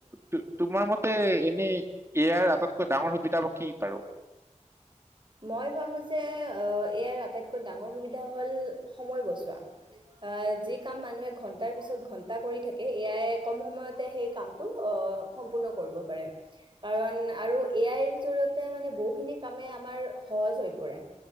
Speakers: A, on the right (about 20°); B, on the right (about 40°).
A: তো তোমাৰ মতে এনেই এ আইৰ আটাইতকৈ ডাঙৰ সুবিধা বা কি বাৰু?
B: মই ভাবোঁ যে আ এ আইৰ আটাইতকৈ ডাঙৰ সুবিধা হ'ল সময় বচোৱা। অ', যি কাম মানুহে ঘন্টাৰ পিছত ঘন্টা কৰি থাকে, এ আই কম সময়তে সেই কাম টো অ' সম্পূৰ্ণ কৰিব পাৰে কাৰণ আৰু এ আইৰ জৰিয়তে মানে বহু খিনি কামে আমাৰ সহজ হৈ পৰে।